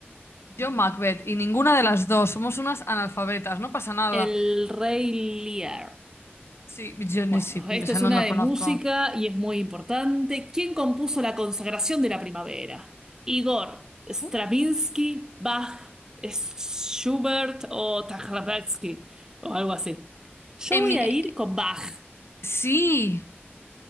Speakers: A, on the left; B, on the right.
A: Yo Macbeth y ninguna de las dos. Somos unas analfabetas, no pasa nada.
B: el Rey Lear.
A: Sí, yo ni
B: Bueno,
A: si,
B: esto
A: o sea,
B: es
A: no
B: una
A: la
B: de
A: conozco.
B: música y es muy importante. ¿Quién compuso la consagración de la primavera? Igor, Stravinsky,
A: Uh,
B: Bach, Schubert o Stravinsky o algo así. Yo
A: En
B: voy
A: mi-
B: a ir con Bach.
A: Sí,